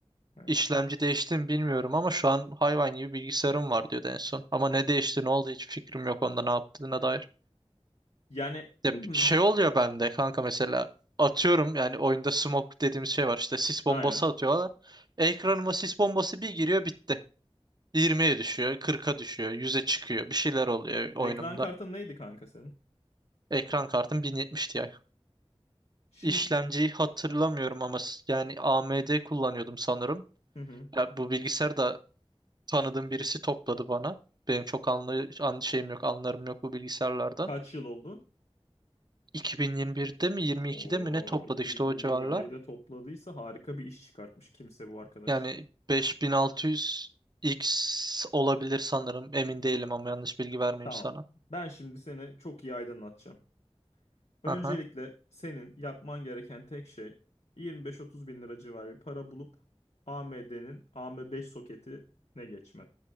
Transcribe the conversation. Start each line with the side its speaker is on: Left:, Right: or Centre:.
Left: evet.
Right: işlemci değişti mi bilmiyorum ama şu an hayvan gibi bilgisayarım var diyordu en son. Ama ne değişti ne oldu hiç fikrim yok onda ne yaptığına dair.
Left: Yani
Right: Ya
Left: <clears throat>
Right: bir şey oluyor bende kanka mesela atıyorum yani oyunda smoke dediğimiz şey var işte sis bombası
Left: aynen.
Right: atıyorlar. Ekranıma sis bombası bir giriyor bitti. 20'ye düşüyor, 40'a düşüyor, 100'e çıkıyor. Bir şeyler oluyor
Left: Ekran
Right: oyunumda.
Left: kartın neydi kanka senin?
Right: Ekran kartım 1070 Ti.
Left: Şimdi
Right: İşlemciyi hatırlamıyorum ama s- yani AMD kullanıyordum sanırım.
Left: Hı hı.
Right: Ya bu bilgisayar da tanıdığım birisi topladı bana. Benim çok anlay an şeyim yok, anlarım yok bu bilgisayarlardan.
Left: Kaç yıl oldu?
Right: 2021'de mi 22'de
Left: Oo,
Right: mi ne topladı
Left: 2021'de
Right: işte o civarlar.
Left: topladıysa harika bir iş çıkartmış kimse bu arkadaş.
Right: Yani 5600X olabilir sanırım. Emin değilim ama yanlış bilgi vermeyeyim
Left: Tamam.
Right: sana.
Left: Ben şimdi seni çok iyi aydınlatacağım. Öncelikle
Right: Aha,
Left: senin yapman gereken tek şey 25-30 bin lira civarı bir para bulup AMD'nin AM5 soketine geçmen.